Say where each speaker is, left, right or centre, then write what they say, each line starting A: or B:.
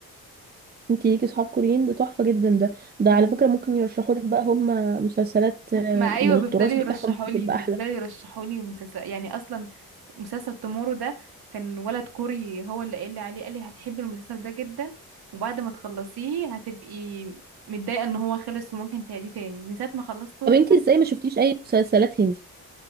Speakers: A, on the right; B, on the right.
A: انتي ليكي صحاب كوريين ده تحفة جدا ده ده
B: مم.
A: على فكرة ممكن يرشحوا لك بقى هم مسلسلات آه،
B: ما ايوه
A: من
B: بيفضلوا
A: التراث
B: يرشحوا
A: بتاعهم بتبقى
B: لي بيفضلوا
A: احلى
B: يرشحوا لي مسلسل يعني اصلا مسلسل تومورو ده كان ولد كوري هو اللي قال لي عليه قال لي هتحبي المسلسل ده جدا وبعد ما تخلصيه هتبقي متضايقة ان هو خلص وممكن تعيديه تاني من ساعة ما خلصته
A: طب انتي
B: مش عارفة
A: ازاي ما شفتيش اي مسلسلات هندي